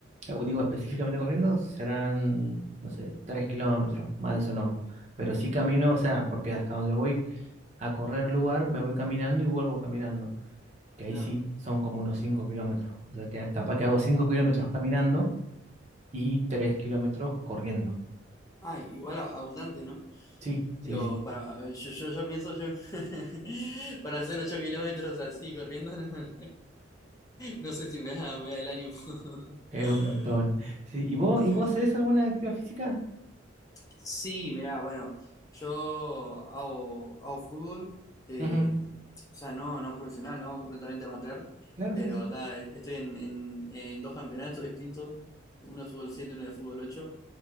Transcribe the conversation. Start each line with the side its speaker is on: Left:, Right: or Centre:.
Right: eh, digo específicamente corriendo, serán, no sé, tres kilómetros, más de eso no. Pero sí camino, o sea, porque hasta donde voy a correr lugar, me voy caminando y vuelvo caminando. que
Left: Claro.
Right: ahí sí son como unos 5 kilómetros. O sea, que capaz que hago 5 kilómetros caminando y 3 kilómetros corriendo.
Left: Ah, igual a- abundante, ¿no?
Right: Sí, sí,
Left: Digo,
Right: sí,
Left: para, yo, yo, yo pienso yo, <laughs> para hacer 8 kilómetros así, corriendo, no, <laughs> no sé si me da, me da el ánimo.
Right: es
Left: <laughs>
Right: un montón. Sí, ¿y vos,
Left: Sí,
Right: y vos haces alguna actividad física?
Left: Sí, mirá, bueno, yo hago, hago fútbol, eh,
Right: Ujú,
Left: o sea, no, no profesional, no completamente amateur,
Right: Claro,
Left: pero
Right: sí, sí.
Left: ta, e- estoy en, en- en dos campeonatos distintos, uno de fútbol 7 y uno de fútbol ocho O